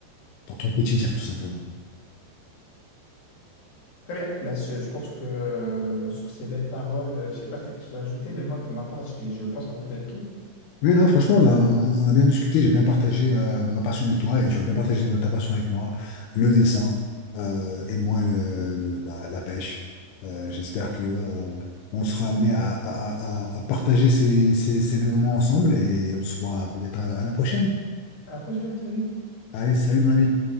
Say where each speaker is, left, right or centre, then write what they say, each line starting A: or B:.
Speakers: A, on the left (about 70°); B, on the left (about 55°).
A: dans ton quotidien, tout simplement.
B: Très bien, Bah, je, je pense que euh, sur ces belles paroles, euh, je sais pas si tu as quelque chose à ajouter, mais moi, pour ma part, j'ai- je pense avoir fait le tour.
A: Oui, non, franchement, on a, on, on a bien discuté, j'ai bien partagé euh, ma passion avec toi et tu as bien partagé ma- ta passion avec moi, le dessin euh, et moi le, le- bah, la pêche. Euh, j'espère que euh, on sera amené à, à- à- à partager ces, ces, ces deux moments ensemble et on se voit peut-être à à la prochaine.
B: À la prochaine, salut!
A: Allez, salut mon ami.